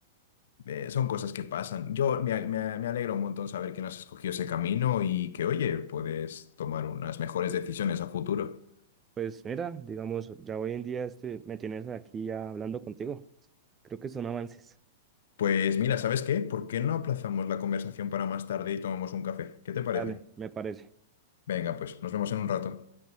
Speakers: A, on the left; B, on the right.
A: eh, son cosas que pasan. Yo me, a- me, a- me alegra un montón saber que no has escogido ese camino y que, oye, puedes tomar unas mejores decisiones a futuro.
B: Pues mira, digamos, ya hoy en día estoy, me tienes aquí ya hablando contigo. Creo que son avances.
A: Pues mira, ¿sabes qué? ¿Por qué no aplazamos la conversación para más tarde y tomamos un café? ¿Qué te parece?
B: Dale, Me parece.
A: Venga, pues nos vemos en un rato.